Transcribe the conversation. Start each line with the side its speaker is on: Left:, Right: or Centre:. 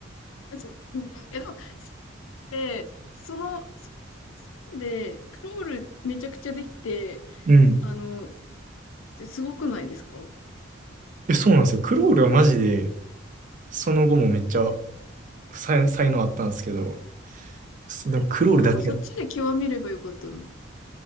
Left: <laughs> そうえ、でも、で、その、そスパンで、クロールめちゃくちゃできて、
Right: うん。
Left: あの、ですごくないですか
Right: え、そうなんですよ。クロールはマジで、その後もめっちゃ才、才能あったんですけど、でもクロールだけやっ
Left: そう、なんかそっちで極めればよかったのに。